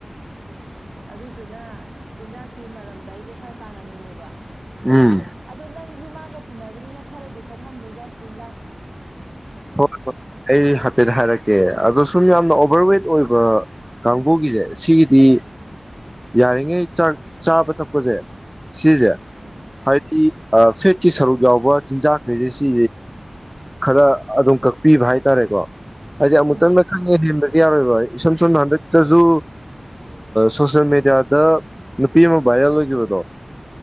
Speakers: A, on the right (about 70°); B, in the centre.
A: ꯑꯗꯨꯗꯨꯅ ꯆꯤꯟꯖꯥꯛꯀꯤ ꯃꯔꯝꯗ ꯑꯩꯁꯦ ꯈꯔ ꯇꯥꯟꯅꯅꯤꯡꯉꯦꯕ
B: ꯎꯝ
A: ꯑꯗ ꯅꯪ ꯃꯥꯒ ꯇꯤꯟꯅꯅꯕꯅꯤꯅ ꯈꯔꯗꯤ ꯈꯪꯉꯝꯅꯤꯗ ꯆꯤꯟꯖꯥꯛ
B: ꯍꯣꯏ ꯍꯣꯏ ꯑꯩ ꯍꯥꯏꯐꯦꯠ ꯍꯥꯏꯔꯛꯀꯦ ꯑꯗꯣ ꯁꯨꯝ ꯌꯥꯝꯅ ꯑꯣꯚꯔꯋꯦꯠ ꯑꯣꯏꯕ ꯀꯥꯡꯕꯨꯒꯤꯁꯦ ꯁꯤꯒꯤꯗꯤ ꯌꯥꯔꯤꯉꯩꯥꯛ ꯆꯥꯕ ꯊꯛꯄꯁꯦ ꯁꯤꯖꯦ
A: ꯎꯝ
B: ꯍꯗꯤ ꯐꯦꯠꯀꯤ ꯁꯔꯨꯛ ꯌꯥꯎꯕ ꯆꯤꯟꯖꯥꯛꯈꯩꯁꯦ ꯁꯤ ꯈꯔ ꯑꯗꯨꯝ ꯀꯛꯄꯤꯕ ꯍꯥꯏꯇꯥꯔꯦꯀꯣ ꯍꯥꯏꯖꯤ ꯑꯃꯨꯛꯇꯪ
A: ꯎꯝ
B: ꯈꯪꯉꯦ <unintelligible> ꯌꯥꯔꯣꯏꯕ ꯏꯁꯝ ꯁꯝꯅ ꯍꯟꯗꯛꯇꯖ ꯁꯣꯁꯦꯜ ꯃꯦꯗꯤꯌꯥꯗ ꯅꯨꯄꯤ ꯑꯃ ꯚꯥꯏꯔꯦꯜ ꯑꯣꯏꯈꯤꯕꯗꯣ